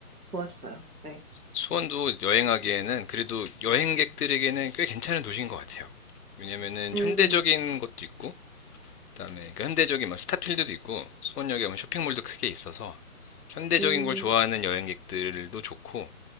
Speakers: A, on the right; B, on the left.
A: 좋았어요. 네.
B: 수원도 여행하기에는 그래도 여행객들에게는 꽤 괜찮은 도시인 것 같아요. 왜냐면은
A: 음.
B: 현대적인 것도 있고, 그다음에 그 현대적인 막 스타필드도 있고, 수원역에 보면 쇼핑몰도 크게 있어서 현대적인
A: 음.
B: 걸 좋아하는 여행객들도 좋고,